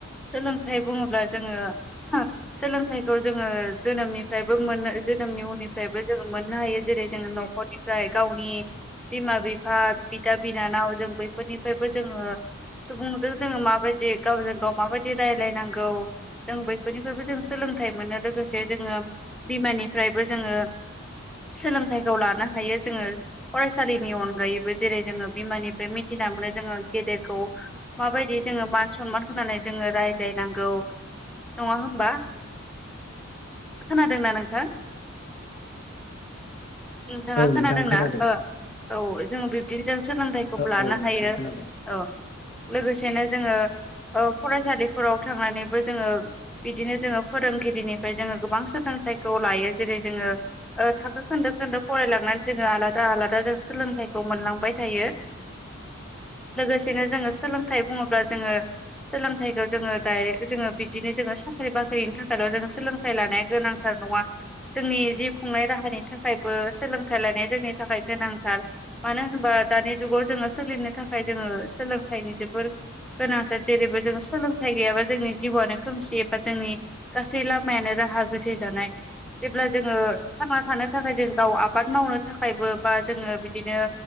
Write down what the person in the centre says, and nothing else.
सोलों थाय बुङोब्ला जोङो <unintelligible> सोलोंथाइखौ जोङो जोनोमनिफ्रायबो मोनो जोनोमनि उननि फ्रायबो जोङो मोननो हायो जेरै जोङो न'खरनिफ्राय गावनि बिमा बिफा बिदा बिनानाव जों बैफोरनिफ्रायबो जोङो सुबुंजों जोङो माबायदि गावजों गाव माबायदि रायलायनांगौ जों बैफोरनिफ्रायबो जों सोलों सोलोंथाइ मोनो लोगोसे जोङो बिमानिफ्रायबो जोङो सोलोंथाइखौ लानो हायो जोङो फरायसालिनि अनगायै। बो जेरै जोङो बिमानिफ्राय मिथिना मोनो जोङो गेदेरखौ माबायदि जोङो मान सनमान होनानै जोङो रायज्लायनांगौ नङा होमबा खोनादोंना नोंथां? नोंथाङा
खोनादोंना
ओ औ जोङो बिबदि जों सोलोंथाइखौबो
लानो
हायो
औ लोगोसेनो जोङो ओ फरायसालिफोराव थांनानैबो जोङो बिदिनो जोङो फोरोंगिरिनिफ्राय जोङो गोबां सोलों थाइखौ लायो जेरै जोङो ओ थाखो खोन्दो खोन्दो फरायलांनानै जोङो आलादा आलादा जों सोलोंथाइ खौ मोनलांबाय थायो लोगोसेनो जोङो सोलोंथाइ बुङोब्ला जोङो सोलोंथाइखौ जोङो डाइरेक्ट जोङो बिबदिनो जोङो साख्रि बाख्रिनि थाखायल' जोंङो सोलोंथाइ लानाया गोनांथार नङा जोंनि जिउ खुंनाय राहानि थाखायबो सोलोंथाइ लानाया जोंनि थाखाय गोनांथार मानो होनबा दानि जुगाव जोङो सोलिनो थाखाय जोङो सोलोंथाइनि जोबोर‌ गोनांथार जेरैबो जों सोलोंथाइ गैयाबा जोंनि जिउआनो खोमसि एबा जोंनि गासै लामायानो गा राहा गोथे जानाय जेब्ला जोङो थांना थानो थाखाय जों गाव आबाद मावनो थाखायबो बा जोङो बिदिनो।